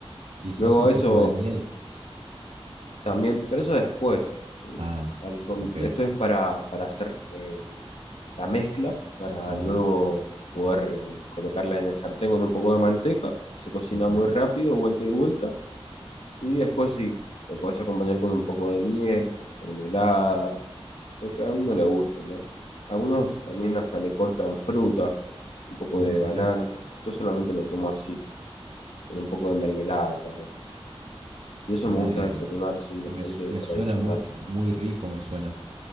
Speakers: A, on the right; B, on the left.
A: Quizás
B: Luego
A: un
B: eso
A: poco de miel.
B: también, pero eso después, ¿sí?
A: Ah,
B: Al com-
A: ok.
B: esto es para, para hacer eh, la mezcla, para
A: Ajá.
B: luego poder colocarla en el sartén con un poco de manteca, se cocina
A: ujú.
B: muy rápido, vuelta y vuelta, y después sí, lo podés acompañar con un poco de miel, mermelada, lo que a uno le guste, ¿no? Algunos también hasta le cortan fruta, un poco
A: Mm,
B: de banana,
A: Mira.
B: yo solamente lo como así, con un poco de mermelada tal vez. Y eso
A: Me,
B: me gusta desayunar, sí, bastante
A: me, me
B: tradicional.
A: suena muy, muy rico, me suena.